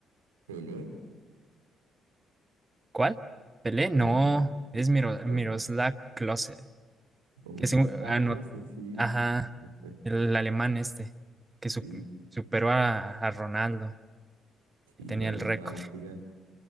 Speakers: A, on the right (about 80°); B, on the right (about 20°).
A: Pelé,
B: ¿Cuál? Pelé,
A: Pelé.
B: no. Es Miro- Miroslav
A: Ro-
B: Klose,
A: oh,
B: que es un,
A: ah,
B: ano-
A: Klose, sí.
B: ajá,
A: No fue,
B: el alemán este, que su-
A: Sí,
B: superó a, a Ronaldo,
A: sí,
B: que
A: igual
B: tenía el récord.
A: estaba complicada.